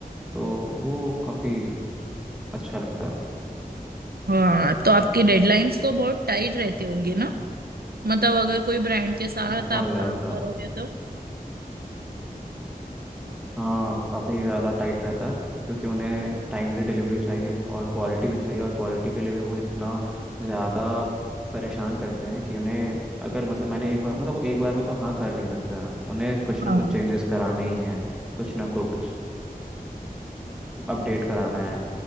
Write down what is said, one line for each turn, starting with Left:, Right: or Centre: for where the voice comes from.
Centre: तो वो काफ़ी अच्छा लगता है
Right: हाँ तो आपकी डेडलाइंस तो बहुत टाइट रहती होंगी ना मतलब अगर कोई ब्रांड के साथ
Centre: बहुत
Right: आप
Centre: ज़्यादा
Right: काम करोगे तो
Centre: हाँ काफ़ी ज़्यादा टाइट रहता है क्योंकि उन्हें टाइमली डिलीवरी चाहिए और क्वालिटी भी चाहिए और क्वालिटी के लिए भी वो इतना ज़्यादा परेशान करते हैं कि उन्हें अगर मतलब मैंने एक बार मतलब वो एक बार में तो हाँ कर नहीं सकते हैं उन्हें कुछ
Right: हाँ
Centre: ना कुछ चेंजेस कराने ही हैं कुछ ना कुछ अपडेट कराना है